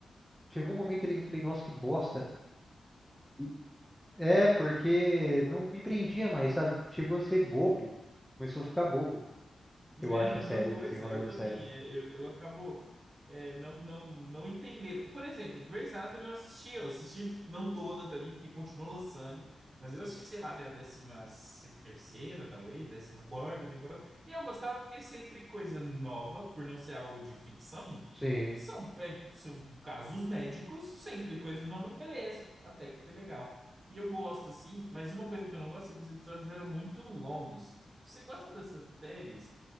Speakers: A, in the centre; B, on the right.
A: chegou um momento ali que eu falei, nossa, que bosta. E é, porque não me prendia mais, sabe? Chegou a ser bobo. Começou a ficar bobo,
B: né?
A: eu acho,
B: Mesma
A: a série,
B: coisa,
A: o desenrolar
B: eu
A: da
B: também.
A: série.
B: é, eu, eu acabo é, não, não, não entendendo. Por exemplo, Grey's Anatomy eu assisti, eu assisti não toda também, porque continua lançando, mas eu assisti, sei lá, até a décima terceira, talvez, décima quarta temporada, e eu gostava porque é sempre coisa nova, por não ser algo de ficção
A: Sim,
B: São, é, são casos médicos, sempre coisas novas, beleza, até que foi legal. E eu gosto, assim, mas uma coisa que eu não gosto é que os episódios eram muito longos. Você gosta dessas séries